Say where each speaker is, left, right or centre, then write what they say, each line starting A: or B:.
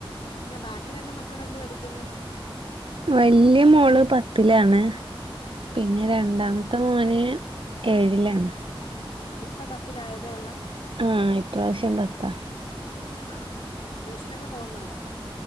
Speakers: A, on the left (about 70°); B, on the right (about 65°).
A: പിന്നെ ബാക്കി രണ്ട് മക്കളെന്ത് പഠിക്ക്ന്ന്.
B: വല്യ മോള് പത്തിലാണ് പിന്നെ രണ്ടാമത്തെ മോന്- ഏഴിലാണ്.
A: ഇപ്പ പത്തിലായതേ ഉള്ള.
B: ആഹ് ഇപ്രാവശ്യം പത്താ.
A: ആഹ് ആഹ് ട്യൂഷനൊക്കെ പോകുന്നുണ്ടാ.